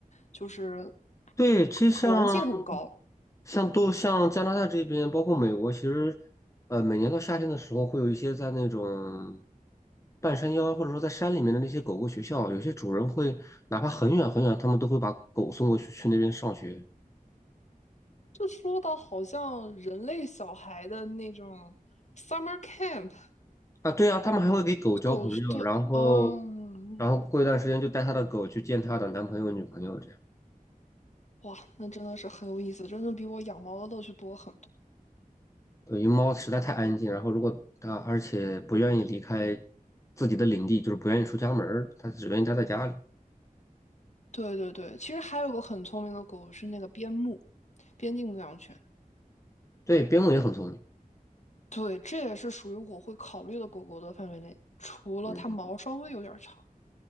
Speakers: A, on the left (about 55°); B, on the left (about 20°).
A: 就是
B: 对，其实像
A: 可玩性很高。
B: 像多像加拿大这边，
A: 嗯，
B: 包括美国，其实呃，每年到夏天的时候，会有一些在那种半山腰或者说在山里面的那些狗狗学校，有些主人会哪怕很远很远，他们都会把狗送过去去那边上学。
A: 就说到好像人类小孩的那种 summer camp，
B: 啊，对啊，他们还会给狗交朋友，
A: 狗是的，
B: 然后，
A: 嗯，
B: 然后过一段时间就带他的狗去见他的男朋友、女朋友这样。
A: 哇，那真的是很有意思，真的比我养猫的乐趣多很多。
B: 对，因为猫实在太安静，然后如果它而且不愿意离开自己的领地，就是不愿意出家门儿，它只愿意待在家里。
A: 对对对，其实还有个很聪明的狗是那个边牧，边境牧羊犬。
B: 对，边牧也很聪明。
A: 对，这也是属于我会考虑的狗狗的范围内，除了它毛稍微有点长。
B: 嗯，